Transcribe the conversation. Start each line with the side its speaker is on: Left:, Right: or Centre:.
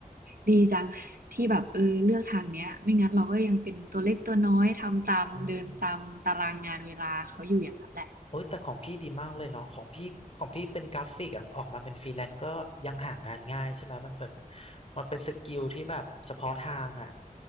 Right: ดีจังที่แบบเออเลือกทางเนี้ยไม่งั้นเราก็ยังเป็นตัวเล็กตัวน้อยทำตามเดินตามตารางงานเวลาเขาอยู่อย่างนั้นแหละ
Left: อืม โอ้ยแต่ของพี่ดีมากเลยเนาะของพี่ของพี่เป็นกราฟิกอะออกมาเป็นฟรีแลนซ์ก็ยังหางานง่ายใช่ไหมมันเป็นมันเป็นสกิลที่แบบเฉพาะทางอะ